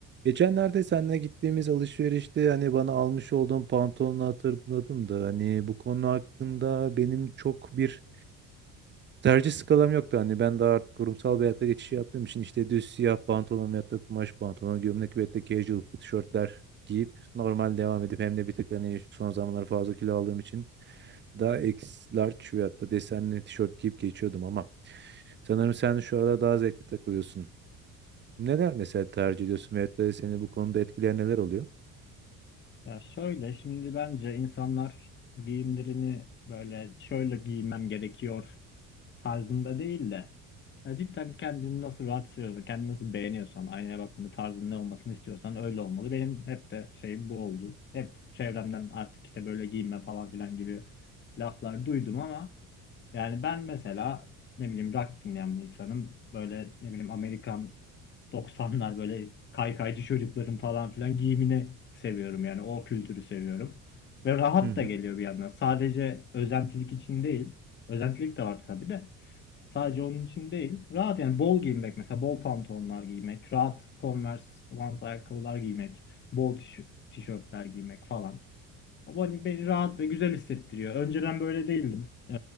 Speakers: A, on the right; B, on the left.
A: Geçenlerde seninle gittiğimiz alışverişte hani bana almış olduğun pantolonu hatırladım da hani bu konu hakkında benim çok bir tercih skalam yoktu. Hani ben daha artık kurumsal bir hayata geçiş yaptığım için işte düz siyah pantolon veyahut da kumaş pantolon, gömlek veyahut da casual tişörtler giyip normal devam edip hem de bir tık hani şu son zamanlar fazla kilo aldığım için daha X large veyahut da desenli tişört giyip geçiyordum ama sanırım sen şu arada daha zevkli takılıyorsun. Neler mesela tercih ediyorsun veyahut da seni bu konuda etkileyen neler oluyor?
B: Ya şöyle şimdi bence insanlar giyimlerini böyle şöyle giymem gerekiyor tarzında değil de ya cidden kendini nasıl rahat hissediyorsan, kendini nasıl beğeniyorsan, aynaya baktığında tarzın ne olmasını istiyorsan öyle olmalı. Benim hep de şeyim bu oldu. Hep çevremden artık işte böyle giyinme falan filan gibi laflar duydum ama yani ben mesela ne bileyim rock dinleyen bir insanım. Böyle ne bileyim Amerikan 90'lar böyle kaykaycı çocukların falan filan giyimini seviyorum yani o kültürü seviyorum. Ve rahat
A: Hı hı.
B: da geliyor bir yandan. Sadece özentilik için değil. Özentilik de var tabii de. Sadece onun için değil. Rahat yani bol giyinmek mesela bol pantolonlar giymek, rahat Converse, Vans ayakkabılar giymek, bol tiş- tişörtler giymek falan. O beni, beni rahat ve güzel hissettiriyor. Önceden böyle değildim. Ee,